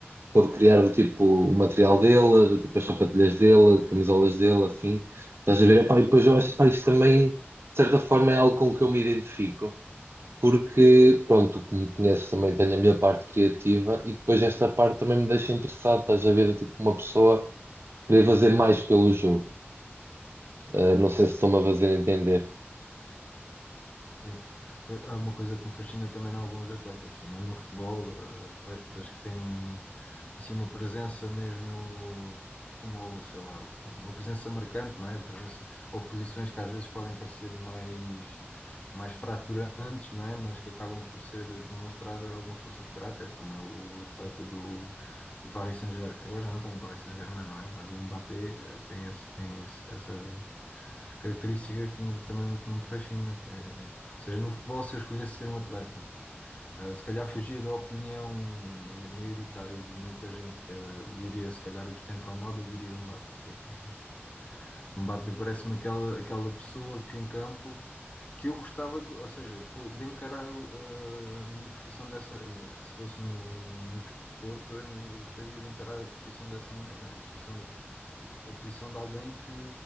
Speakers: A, on the right; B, on the left.
A: pôde criar do tipo o material dele, do tipo as sapatilhas dele, camisolas dele, assim. Estás a ver? Epá, e depois eu acho que isto também, de certa forma, é algo com que eu me identifico. Porque, pronto, como conheces também, tenho a minha parte criativa e depois esta parte também me deixa interessado. Estás a ver? Do Tipo uma pessoa Poder fazer mais pelo jogo. Uh, não sei se estou-me a fazer entender.
B: Sim. É é uma coisa que me fascina também em alguns atletas, sim, mesmo no futebol, eh, atletas que têm assim uma presença mesmo como, sei lá, uma presença marcante, não é? Uma presença ou posições que às vezes podem parecer mais mais fraturantes, não é? Mas que acabam por ser demonstrar alguma força de caráter, como é o atleta do do Paris Saint-Germain, que agora já não está no Paris Saint-Germain, não é? Mas o Mbappé eh, tem esse, tem esse, essa característica que, me- que também que me fascina, que é, ou seja, no futebol, se eu escolhesse ser um atleta, eh, se calhar fugia da opinião maioritária de muita gente, que eh, diria se calhar o Cristiano Ronaldo, eu diria o Mbappé, talvez. O Mbappé parece-me aquela, aquela pessoa que em campo que eu gostava de, ou seja, co- de encarar o- eh, a minha profissão dessa, se fosse no, no, no desporto, eu eu gostaria de encarar a profissão dessa maneira, não é? A posição de, a posição de alguém que,